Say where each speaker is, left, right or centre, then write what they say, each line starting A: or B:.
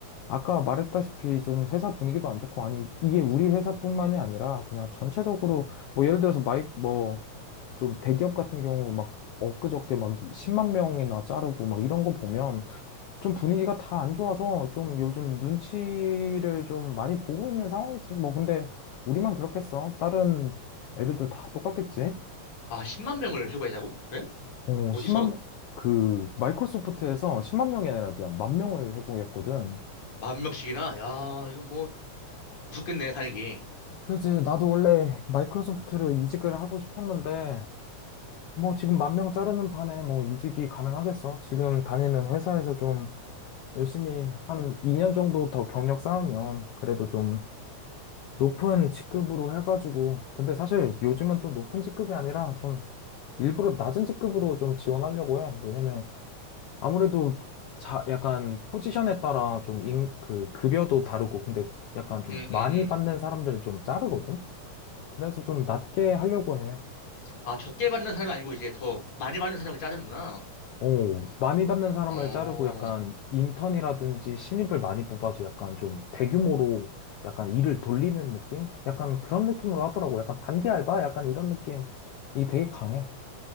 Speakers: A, on the left; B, on the left.
A: 아까 말했다시피 좀 회사 분위기도 안 좋고, 아니, 이게 우리 회사뿐만이 아니라 그냥 전체적으로, 뭐 예를 들어서 마이, 뭐 좀 대기업 같은 경우 막 엊그저께 막 10만 명이나 자르고 막 이런 거 보면 좀 분위기가 다 안 좋아서 좀 요즘 눈치를 좀 많이 보고 있는 상황이지. 뭐 근데 우리만 그렇겠어. 다른 애들도 다 똑같겠지.
B: 아, 10만 명을 해고하자고? 그래?
A: 어,
B: 어디서?
A: 10만 명, 그 마이크로소프트에서 10만 명이 아니라 미안, 만 명을 해고했거든.
B: 만 명씩이나? 야, 이거 뭐 무섭겠네, 다행히.
A: 그지. 나도 원래 마이크로소프트를 이직을 하고 싶었는데, 뭐 지금 만 명 자르는 판에 뭐 이직이 가능하겠어. 지금 다니는 회사에서 좀 열심히 한 2년 정도 더 경력 쌓으면 그래도 좀 높은 직급으로 해가지고. 근데 사실 요즘은 또 높은 직급이 아니라 좀 일부러 낮은 직급으로 좀 지원하려고 해. 왜냐면 아무래도 자, 약간 포지션에 따라 좀 인, 그 급여도 다르고, 근데 약간 좀
B: 음,
A: 많이
B: 음, 음.
A: 받는 사람들을 좀 자르거든? 그래서 좀 낮게 하려고 해.
B: 아, 적게 받는 사람이 아니고 이제 더 많이 받는 사람을 자르는구나.
A: 어, 많이 받는 사람을
B: 어,
A: 자르고 약간 인턴이라든지 신입을 많이 뽑아서 약간 좀 대규모로 약간 일을 돌리는 느낌? 약간 그런 느낌으로 하더라고. 약간 단기 알바? 약간 이런 느낌이 되게 강해.